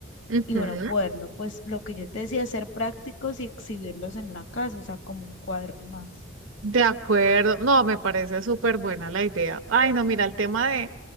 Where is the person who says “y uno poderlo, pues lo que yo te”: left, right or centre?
Left